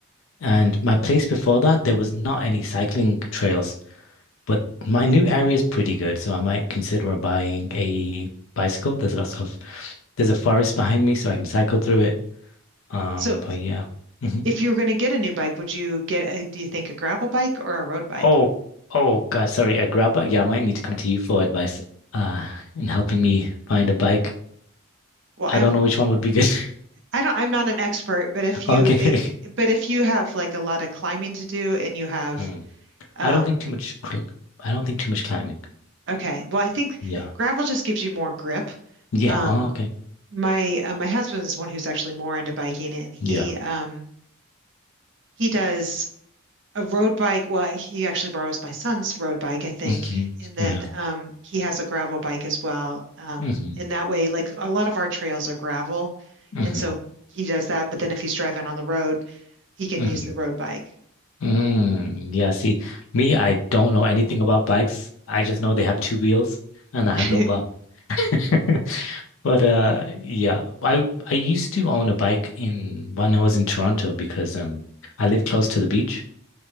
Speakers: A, on the left (about 70°); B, on the right (about 60°).
A: and my place before that there was not any cycling trails. But my new area is pretty good, so I might consider buying a bicycle. There's lots of there's a forest behind me, so I can cycle through it. Um,
B: so
A: but yeah. Mm-hmm.
B: if you were going to get a new bike, would you get a, do you think a gravel bike or a road bike?
A: Oh, oh God, sorry. A grab bike. Yeah, I might need to come to you for advice uh in helping me find a bike.
B: Well,
A: I
B: I've,
A: don't know which one would be good. <laughs>
B: I don't, I'm not an expert, but if you,
A: Okay.
B: it, but if you have like a lot of climbing to do and you have,
A: Hmm.
B: um,
A: I don't think too much cl- I don't think too much climbing.
B: okay, well, I think
A: Yeah.
B: gravel just gives you more grip.
A: Yeah.
B: Um,
A: Oh, okay.
B: my, uh, my husband's one who's actually more into biking and he,
A: Yeah.
B: um, He does a road bike. Well, he actually borrows my son's road bike, I think.
A: hmm
B: And then
A: Yeah.
B: um, he has a gravel bike as well. Um,
A: hmm
B: and that way, like a lot of our trails are gravel.
A: hmm
B: And so he does that. But then if he's driving on the road, he can
A: hmm
B: use the road bike.
A: Mm. Yeah, see, me, I don't know anything about bikes. I just know they have two wheels and a
B: <laughs>
A: handlebar. <laughs> But uh yeah, I I used to own a bike in when I was in Toronto because um I lived close to the beach